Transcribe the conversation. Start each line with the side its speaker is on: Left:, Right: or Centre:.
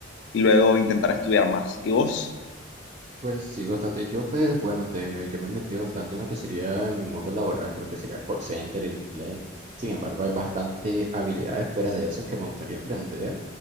Left: y luego intentar estudiar más. ¿Y vos?
Right: Pues sí, bastante. Yo, pues, bueno, te, yo me he metido bastante en lo que sería en mi mundo laboral, creo que sería call center, el inglés. Sin embargo, hay bastante habilidades fuera de eso que me gustaría aprender.